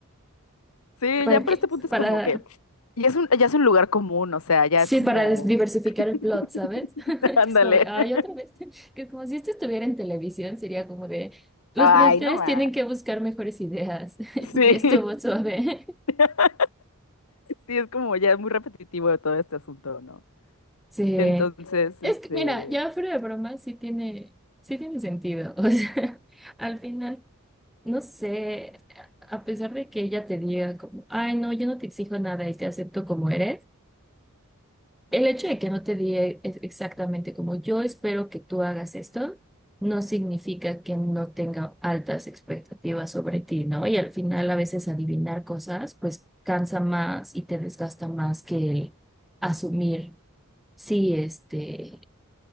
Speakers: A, on the left; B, in the centre.
A: Sí,
B: ¿Para
A: ya para
B: qué?
A: este punto es
B: Para...
A: como que ya es un, ya es un lugar común, o sea, ya
B: Sí,
A: es como,
B: para des- diversificar el
A: <laughs>
B: plot, ¿sabes? <laughs>
A: ándale.
B: Que es como de, ay,
A: <laughs>
B: otra vez. <laughs> Que como si esto estuviera en televisión, sería como de, los
A: Ay,
B: productores
A: no más.
B: tienen que buscar mejores ideas. <laughs>
A: Sí.
B: Y estuvo suave. <laughs>
A: <laughs> Sí, es como ya muy repetitivo de todo este asunto, ¿no?
B: Sí.
A: Entonces,
B: Es
A: este,
B: que, mira, ya fuera de broma, sí tiene, sí tiene sentido. <laughs> O sea, al final, no sé, a pesar de que ella te diga como, ay, no, yo no te exijo nada y te acepto como eres. El hecho de que no te diga ex- exactamente como yo espero que tú hagas esto, no significa que no tenga altas expectativas sobre ti, ¿no? Y al final a veces adivinar cosas, pues cansa más y te desgasta más que el asumir, sí, este,